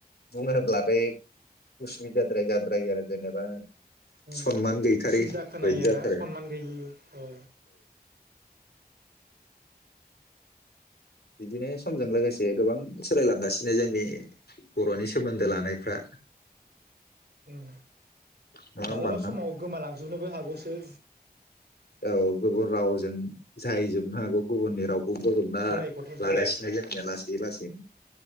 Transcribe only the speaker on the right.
औ
उसुबिदा खोनायो
ना सनमान गैयि औ।
औ।
मालाबा
समाव गोमालांजोबनोबो हागौसो।
गलाय गथाय जानानै